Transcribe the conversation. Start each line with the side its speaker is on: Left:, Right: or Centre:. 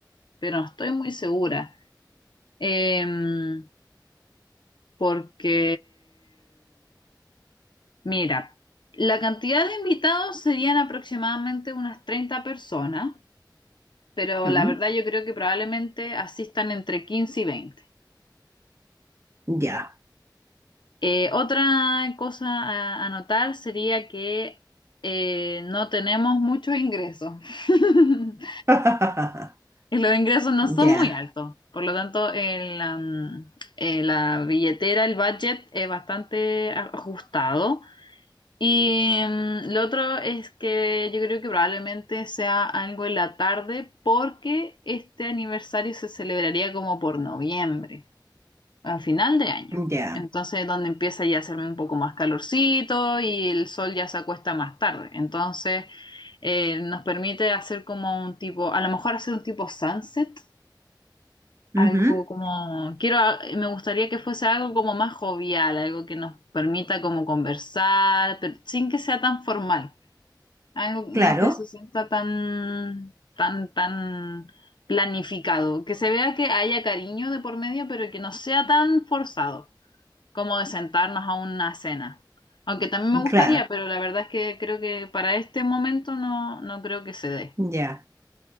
Left: pero no estoy muy segura. Em, porque, mira, la cantidad de invitados serían aproximadamente unas 30 personas, pero
Right: Mm,
Left: la verdad yo creo que probablemente asistan entre 15 y veinte
Right: Ya,
Left: Eh, otra cosa a, a notar sería que eh, no tenemos muchos ingresos. <laughs>
Right: <laughs>
Left: Y los ingresos no son
Right: ya,
Left: muy altos, por lo tanto, el, am, eh, la billetera, el budget es bastante a- ajustado. Y mm, lo otro es que yo creo que probablemente sea algo en la tarde porque este aniversario se celebraría como por noviembre, a final de año.
Right: ya.
Left: Entonces, donde empieza ya a hacer un poco más calorcito y el sol ya se acuesta más tarde. Entonces, eh, nos permite hacer como un tipo, a lo mejor hacer un tipo sunset algo
Right: Ujú,
Left: como, quiero, a- me gustaría que fuese algo como más jovial, algo que nos permita como conversar, pero sin que sea tan formal, algo no
Right: Claro,
Left: que se sienta tan, tan, tan planificado, que se vea que haya cariño de por medio, pero que no sea tan forzado, como de sentarnos a una cena. Aunque también me gustaría,
Right: claro,
Left: pero la verdad es que creo que para este momento no, no creo que se dé.
Right: ya.